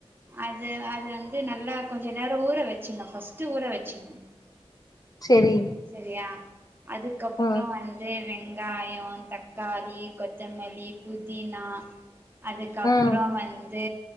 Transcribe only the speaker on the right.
அது அது வந்து நல்லா கொஞ்ச நேரோ ஊற வச்சுர்ணு ஃபஸ்ட்டு ஊற வெச்சிர்ணு
செரியா அதுக்கப்றோ
வந் து வெங்காயோ தக்காளி கொத்தமல்லி புதினா அதுக்கப்றோ
வந்து